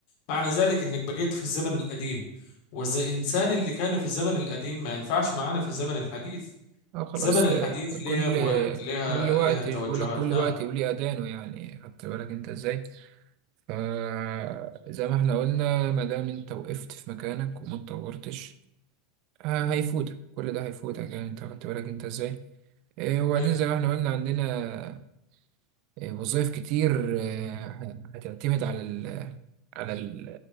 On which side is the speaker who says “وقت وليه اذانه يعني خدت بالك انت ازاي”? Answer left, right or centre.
Right